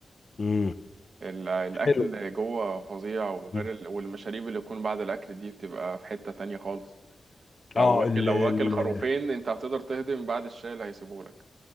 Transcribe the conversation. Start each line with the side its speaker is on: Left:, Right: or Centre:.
Left: امم
Right: ال- الأكل
Left: حلو
Right: جوه فظيع وغير
Left: مم.
Right: ال... والمشاريب اللي بتكون بعد الأكل دي بتبقى في حتة تانية خالص لو
Left: اه
Right: واكل
Left: ال
Right: لو
Left: ال
Right: واكل خروفين أنت هتقدر تهضم بعد الشاي اللي هيسيبهولك